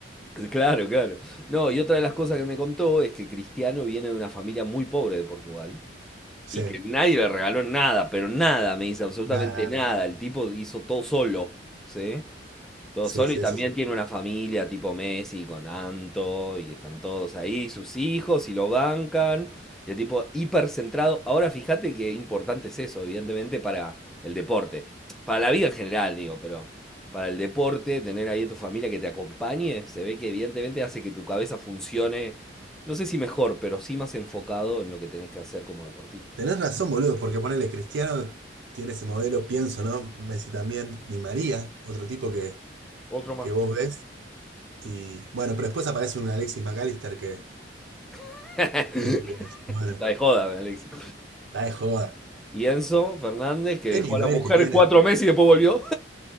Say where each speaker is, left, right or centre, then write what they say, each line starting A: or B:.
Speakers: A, in the centre; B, on the right (about 80°).
A: <laughs> Claro, claro. No, y otra de las cosas que me contó es que Cristiano viene de una familia muy pobre de Portugal
B: Sí.
A: y que nadie le regaló nada, pero nada, me dice absolutamente
B: Nada, nada,
A: nada.
B: nada.
A: El tipo hizo todo solo, ¿sí? Todo
B: Sí,
A: solo
B: sí,
A: y también
B: eso sí.
A: tiene una familia tipo Messi con Anto y están todos ahí, sus hijos y lo bancan. Y el tipo hipercentrado. Ahora fíjate qué importante es eso, evidentemente, para el deporte. Para la vida en general, digo, pero para el deporte, tener ahí a tu familia que te acompañe, se ve que evidentemente hace que tu cabeza funcione, no sé si mejor, pero sí más enfocado en lo que tenés que hacer como deportista.
B: Tenés razón, boludo, porque ponele Cristiano tiene ese modelo, pienso, ¿no? Messi también, Di María, otro tipo que,
A: Otro más.
B: que vos ves. Y bueno, pero después aparece un Alexis McAllister que,
A: <laughs> Está
B: viste, que dice, bueno,
A: de joda, Alexis.
B: está de joda.
A: Y Enzo Fernández, que
B: ¿Qué
A: dejó
B: nivel
A: a la mujer
B: que tiene?
A: cuatro meses y después volvió,